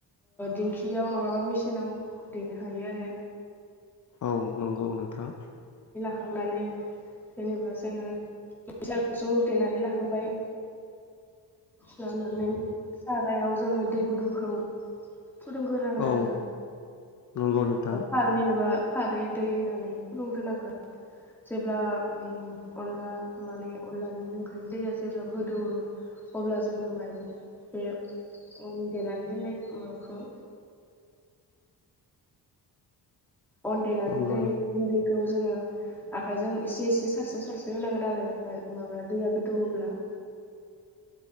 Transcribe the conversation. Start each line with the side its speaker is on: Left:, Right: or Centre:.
Centre: दिंखियाव नङाबा मेचिनाव देनो हायो आरो
Left: औ नंगौ नोंथां।
Centre: खांनानै जेनेबा जोङो <unintelligible> ज देनानै लाखांबाय। लानानै सारायाव जों जोङो दै गुदुंखौ फुदुंग्रोनांगोन
Left: औ
Centre: आरो ना
Left: नंगौ नोंथां
Centre: खारदै एबा खारै दै होना होनानै फुदुंग्रोनांगोन जेब्ला अनला माने अनलानि ओंख्रिनि दैया जेब्ला गोदौवो अब्ला जोङो माइरं बे अन देनानै दोननाय माबाखौ अन देना
Left: नंगौ
Centre: दोननाय‌
Left: नों
Centre: गुन्दै खौ जोङो आखायजों एसे एसे सारस्रो सारस्रो होनांगोन आरो माबाया दैया गोदौवोब्ला।